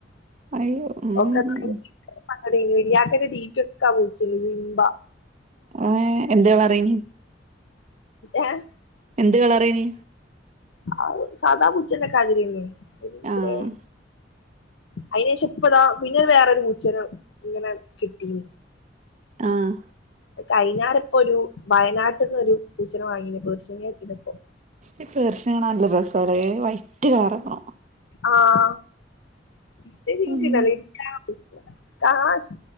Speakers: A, on the right; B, on the left.
A: അയ്യോ ഉം
B: ഓക്കത് ഭയങ്കര സങ്കടേനി വല്ല്യാക്കന്റെ ഡീപ്പ്യൊക്കെ ആ പൂച്ചേനി ബാ
A: ഏഹ് എന്ത്‌ കളർ ഏനീ
B: ഏഹ്
A: എന്ത് കളറേനി
B: അത് സാദാ പുച്ചന്റെക്കാതിരിന്നേ ഒര്
A: ആഹ്
B: ഗ്രേ അയിനേഷം ഇപ്പതാ പിന്നൊര് വേറൊര് പൂച്ചനെങ്ങനെ കിട്ടീനി
A: ആഹ്
B: കഴിഞ്ഞാരപ്പൊരു വയനാട്ട്ന്നൊരു പൂച്ചനെ വാങ്ങീനീ പേർഷ്യൻ ക്യാറ്റിനെപ്പൊ
A: ഈ പേർഷ്യനേ കാണാ നല്ല രസാലേ വൈറ്റ് കളറൊക്കെ ആവണം
B: ആഹ് ഇഷ്ടല്ലേഞ്ഞിട്ടല്ല
A: ഉം
B: എട്ക്കാൻ ആഹ് എനിക്ക് കാണാൻ ഇഷ്ട